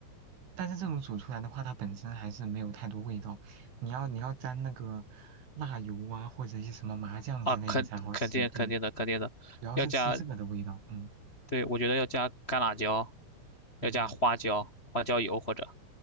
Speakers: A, on the right; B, on the left.
A: 但是这种煮出来的话，它本身还是没有太多味道。你要你要沾那个辣油啊，或者一些什么麻酱之类的才好吃。
B: 啊，肯肯定肯定的肯定的，
A: 对，主要是吃这个的味道。
B: 要加，
A: 嗯
B: 对，我觉得要加干辣椒，
A: 嗯，
B: 要加花椒，花椒油或者，